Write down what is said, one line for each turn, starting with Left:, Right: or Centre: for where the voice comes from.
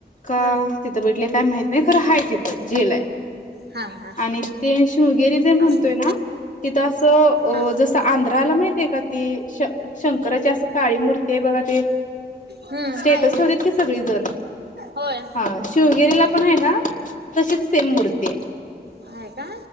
Left: का
Right: हम्म
Left: तिथं बघितलय काय माहित नाही, खरं हाय तिथं जेल हाय,
Right: हा हा हा
Left: आणि ते शिवगेरीे जे म्हणतोय
Right: असं
Left: ना, तिथं असं अ
Right: हा
Left: जसं आंध्राला माहितीय का ती, श शंकराची असं काळी मूर्ती ते बघा ते,
Right: हम्म
Left: स्टेटस
Right: हाय का
Left: ठेवत्यात की सगळी जण.
Right: होय.
Left: अं शिवगेरीला पण आहे ना, तशीच सेम मूर्ती आहे.
Right: आहे का?